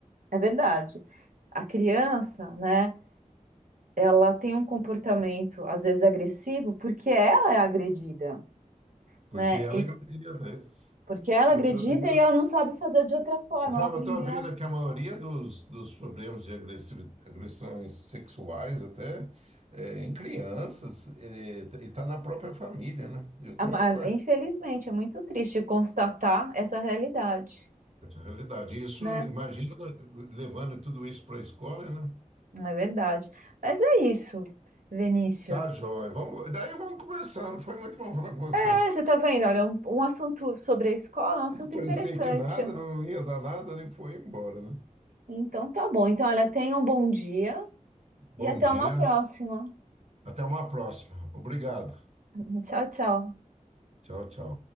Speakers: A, on the right; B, on the right.
A: é verdade. A criança, né? Ela tem um comportamento às vezes agressivo porque ela é agredida
B: Porque
A: né?
B: ela acredita isso.
A: Porque ela
B: Eu,
A: é agredida
B: eu, eu,
A: e ela não sabe fazer de outra forma,
B: Ô, Flávio,
A: ela aprendeu.
B: eu estou vendo que a maioria dos, dos problemas de agressi- agressões sexuais até é, em crianças é, e está na própria família, né? Eu tinha
A: A-
B: uma reportagem.
A: a- Infelizmente, é muito triste constatar essa realidade,
B: Na realidade, isso,
A: né?
B: imagina levando tudo isso para a escola, né?
A: É verdade. Mas é isso, Vinícius.
B: Tá, joia. Vamos, daí vamos conversando. Foi muito bom falar com você.
A: É, você tá vendo, olha, um, um assunto sobre a escola, é um assunto
B: Parecia
A: interessante.
B: que nada, não ia dar nada, nem foi embora, né?
A: Então tá bom. Então, olha, tenha um bom dia
B: Bom
A: e até
B: dia.
A: uma próxima.
B: Até uma próxima. Obrigado.
A: <laughs> Tchau, tchau.
B: Tchau, tchau.